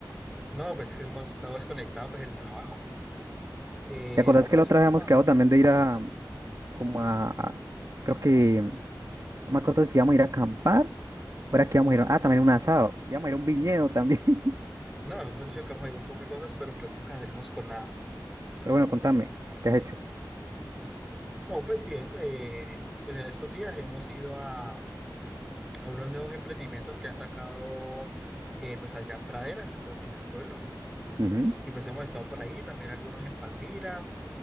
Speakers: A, in the centre; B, on the right.
A: No, pues que hemos estado desconectados, pues el trabajo. Eh,
B: ¿Te acordás
A: no, pues
B: que la otra
A: últimamente,
B: vez habíamos quedado también de ir a, como a, a- creo que, no me acuerdo si íbamos a ir a acampar o era que íbamos a ir, a- ah, también un asado, íbamos a ir a un viñedo también. <laughs>
A: no, hemos dicho que vamos a ir a un poco de cosas, pero pues nunca salimos con nada.
B: Pero bueno, contame, ¿qué has hecho?
A: No, pues bien, eh, pues en estos días hemos ido a, a unos nuevos emprendimientos que han sacado eh, pues allá en Pradera, en el, pue- en el pueblo.
B: Ujú,
A: Y pues hemos estado por ahí, también algunos en Palmira.